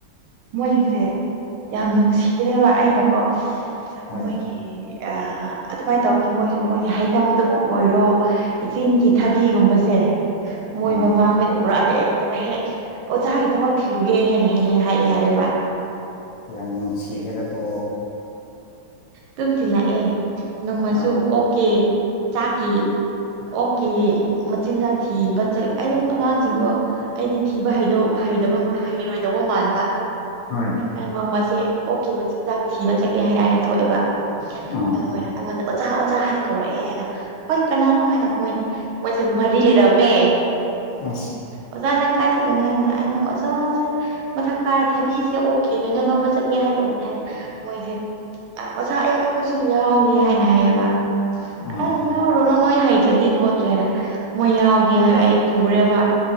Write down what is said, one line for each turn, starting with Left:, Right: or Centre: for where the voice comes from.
Right: ꯃꯣꯏꯁꯤꯡꯁꯦ ꯌꯥꯝ ꯅꯨꯡꯁꯤꯕꯅꯦꯕ ꯑꯩꯅꯀꯣ
Left: ꯍꯣꯏ
Right: ꯃꯣꯏꯒꯤ ꯑ ꯑꯗꯨꯃꯥꯏꯅ ꯇꯧꯕꯒꯤ ꯃꯣꯏꯁꯨ ꯃꯣꯏꯒꯤ ꯍꯩꯅꯧꯗꯕꯣꯡ ꯑꯣꯏꯔꯣ ꯏꯁꯤꯡꯒꯤꯒꯤ ꯊꯕꯤꯒꯨꯝꯕꯁꯦ ꯃꯣꯏ
Left: ꯑꯥ
Right: ꯃꯃꯥ ꯑꯩꯈꯣꯏꯅ ꯄꯨꯔꯛꯑꯗꯤ ꯑꯩꯒꯤꯗ ꯍꯦꯛ ꯑꯣ ꯆꯥꯒꯤꯗꯃꯛ ꯊꯤꯜꯂꯨꯒꯦ ꯍꯦꯟꯅ ꯍꯦꯍꯦ ꯍꯥꯏꯑꯦ ꯍꯥꯏꯑꯕ
Left: ꯌꯥꯝ ꯅꯨꯡꯁꯤꯁꯦꯗ ꯀꯣ
Right: ꯇꯝꯂ ꯑꯦ ꯅꯣꯡꯃꯁꯨ
Left: ꯑꯥ
Right: ꯑꯣꯀꯦ ꯆꯥꯛꯀꯦ ꯑꯣꯀꯦ ꯃꯆꯤꯟꯖꯥꯛ ꯊꯤꯕꯠ ꯑꯩ ꯑꯉꯥꯡꯁꯤꯡꯗꯣ ꯑꯩꯗꯤ ꯊꯤꯕ ꯍꯩ ꯍꯩꯕ ꯍꯩꯔꯣꯏꯗꯕꯧ ꯃꯥꯟꯕ
Left: ꯍꯣꯏ
Right: ꯑ ꯅꯣꯡꯃꯁꯦ ꯑꯣꯀꯦ ꯃꯆꯤꯟꯖꯥꯛ ꯊꯤꯕ ꯆꯠꯀꯦ ꯍꯥꯏꯅ ꯑꯩꯅ ꯊꯣꯛꯑꯦꯕ
Left: ꯑꯥ
Right: ꯑꯗꯨꯅ ꯑꯩꯉꯣꯟꯗ ꯑꯣꯖꯥ ꯑꯣꯖꯥ ꯍꯥꯏꯅ ꯀꯧꯔꯛꯑꯦ ꯍꯥꯏꯅ ꯍꯣꯏ ꯀꯅꯥꯅꯣ ꯍꯥꯏꯅ ꯃꯣꯏ ꯃꯣꯏꯁꯦ ꯃꯔꯤ ꯂꯩꯔꯝꯃꯦ
Left: ꯑꯁ
Right: ꯑꯣꯖ ꯅꯪ ꯀꯥꯏ ꯆ ꯑꯗꯨ ꯑꯩꯅ ꯑꯣꯖꯥꯁꯦ ꯃꯊꯛ ꯀꯥꯔ ꯊꯕꯤꯁꯦ ꯑꯣꯛꯀꯦ ꯂꯣꯏꯅ ꯂꯧꯕ ꯆꯠꯒꯦ ꯍꯥꯏꯗꯧꯕꯅꯦ ꯍꯥꯏꯔ ꯃꯣꯏꯁꯦ ꯑꯣꯖꯥ ꯑꯩ ꯑꯩꯈꯣꯏꯁꯨ ꯌꯥꯎꯏꯦ ꯍꯥꯏꯅ ꯍꯥꯏꯌꯦꯕ
Left: ꯑꯥ
Right: ꯑꯦ ꯌꯥ ꯔꯅ ꯅꯣꯏ ꯍꯩꯇꯗꯤ ꯈꯣꯠꯇ꯭ꯔꯦ ꯍꯥꯏꯅ ꯃꯣꯏ ꯌꯥꯎꯒꯦ ꯍꯥꯏꯕ ꯑꯩ ꯄꯨꯔꯦꯕ